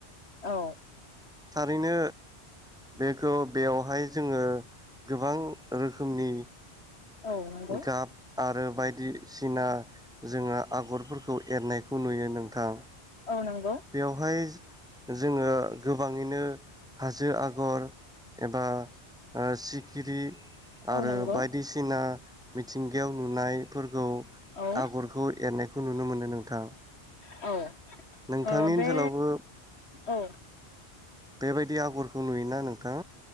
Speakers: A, on the left; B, in the centre.
A: औ।
B: थारैनो बेखौ बेयावहाय जोङो गोबां रोखोमनि।
A: औ नंगौ।
B: गाब आरो बायदिसिना जोङो आगरफोरखौ एरनायखौ नुयो नोंथां।
A: औ नंगौ
B: बेवहाय जोङो गोबाङैनो हाजो आगर एबा ओ सिखिरि आरो
A: औ नंगौ
B: बायदिसिना। मिथिंगायाव नुनाय फोरखौ।
A: औ
B: आगरखौ एरनायखौ। बेखौ नुनो मोनो। नोंथां
A: औ
B: नोंथांनि
A: ओ बे
B: ओनसोलावबो
A: औ
B: बेबायदि आगरखौ नुयोना नोंथां